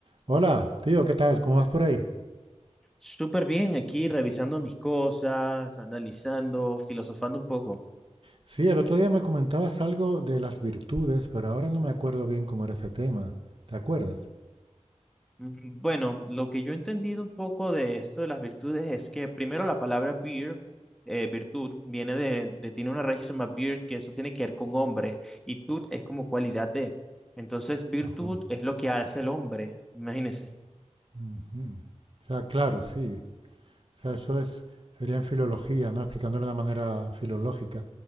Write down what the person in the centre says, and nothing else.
Súper bien, aquí revisando mis cosas, analizando, filosofando un poco.
Mm, Bueno, lo que yo he entendido un poco de esto de las virtudes es que primero la palabra beer, eh, virtud, viene de, de- tiene una raíz que se llama beer, que eso tiene que ver con hombre, y tut es como cualidad de. Entonces, virtud
es lo que hace el hombre, imagínense.